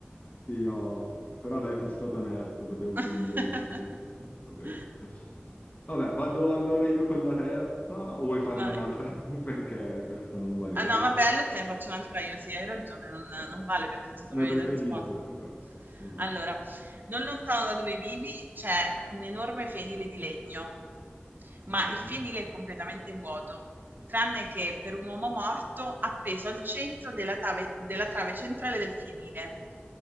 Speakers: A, on the left; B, on the right.
A: Sì, no, però dai, sono stato onesto, potevo
B: <laughs>
A: fingere. quindi, Vabbè. Vabbè, vado allora io con la terza, o vuoi farne
B: Vai.
A: un'altra tu <laughs> perché questa non valeva?
B: Ah no, vabbè, allora te ne faccio un'altra io, sì, hai ragione, non,
A: Eh,
B: non vale perché già sapevi
A: Come preferisci?
B: la risposta.
A: Vabbè. vabbè.
B: Allora, non lontano da dove vivi c'è un enorme fienile di legno, ma
A: Mhm.
B: il fienile è completamente vuoto, tranne che per un uomo morto appeso al centro della tave- della trave centrale del fienile.